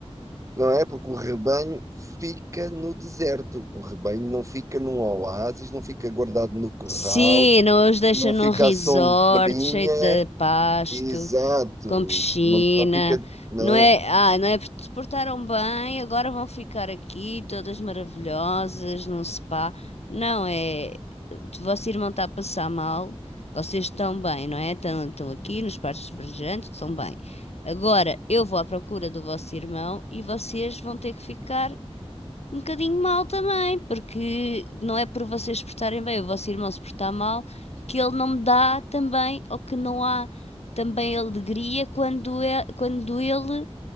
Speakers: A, on the right; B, on the left.
A: não é? Porque o rebanho fica no deserto, o rebanho não fica num oásis, não fica guardado no corral,
B: Sim, não os deixa
A: não
B: num
A: fica
B: resort
A: à sombrinha,
B: cheio de pasto.
A: Exato.
B: com piscina,
A: Não, não fica. Não.
B: não é? Ah, não é? porque Se portaram bem, agora vão ficar aqui todas maravilhosas num spa. Não é? O vosso irmão está a passar mal, vocês estão bem, não é? Estão, estão aqui nos parques verdejantes, estão bem. Agora eu vou à procura do vosso irmão e vocês vão ter que ficar um bocadinho mal também, porque não é por vocês se portarem bem, o vosso irmão se portar mal, que ele não me dá também, ou que não há também alegria quando, é, quando ele